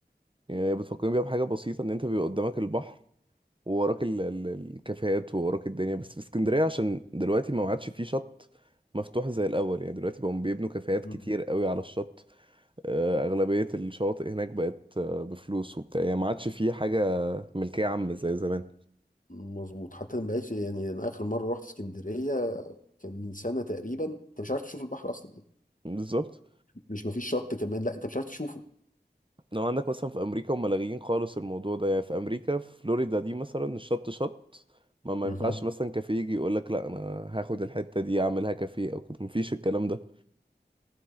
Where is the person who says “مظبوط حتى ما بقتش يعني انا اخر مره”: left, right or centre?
Left